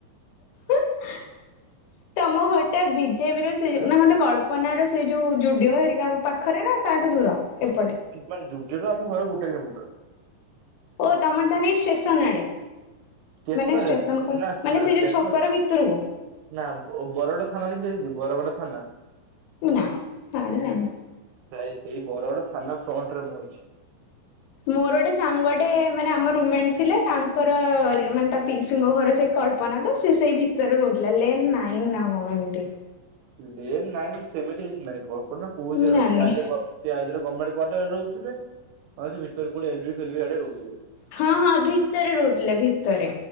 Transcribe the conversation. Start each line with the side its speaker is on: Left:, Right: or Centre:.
Left: <inaudible> ତମ ଘରଟା ବିଜେପି ର ସେ ଯ ନା ମତ କଳ୍ପନା ର ସେଇ ଯୋଉ ଯୁଡିଓ ହେରିକାଙ୍କ ପାଖରେ ନା? ତାଠୁ ଦୂର ଏପଟେ।
Right: ମାନ ଯୁଡ଼ିଓଠୁ ଆମ ଘର ଗୋଟେ କିଲୋମିଟର।
Left: ଓ ତମର ତାନେ ଷ୍ଟେସନ୍ ଆଡେ।
Right: ଷ୍ଟେସନରେ
Left: ମାନେ ଷ୍ଟେସନଙ୍କର
Right: ନୁହେଁ ନା
Left: ମାନେ
Right: ନା
Left: ସେ
Right: ଷ୍ଟେସନ
Left: ଯୋଉ ଛକର ଭିତରକୁ।
Right: ନା ବ ବରଗଡ ଥାନା ଦେଖିଚ ବରଗଡ ଥାନା?
Left: ନାଁ ସାଡେ ଜାଣିନି।
Right: ପ୍ରାଇ ସେଇ ବରଗଡ ଥାନା ଫ୍ରଣ୍ଟ ରେ ମୁଁ ଅଛି।
Left: ମୋର ଗୋଟେ ସାଙ୍ଗଟେ ମାନେ ଆମ ରୁମେଣ୍ଟ ଥିଲେ ତାଙ୍କର ମାନେ ତା ପିଉସୁଙ୍କ ଘର ସେଇ କଳ୍ପ ପନା ତ ସେ ସେଇ ଭିତରେ ରହୁଥିଲା ଲେନ୍ ନାଇନ ନା କଣ ଏମତି।
Right: ଲେନ୍ ନାଇଁନ ସେମିତି କିଛି ନାଇଁ କଳ୍ପନା କୋଉ
Left: ମୁଁ
Right: ଜାଗା
Left: ଜାଣିନି
Right: ସେ ଆଇଦର। ସେ ଆଇଦର ଗର୍ମେଣ୍ଟ କ୍ଵାର୍ଟରରେ ରହୁଥିବ ସେ ତ କଉଠି ଏଲବି ଫେଲଭି ଆଡେ ରହୁଥିବେ।
Left: ହଁ ହଁ ଭିତରେ ରହୁଥିଲେ ଭିତରେ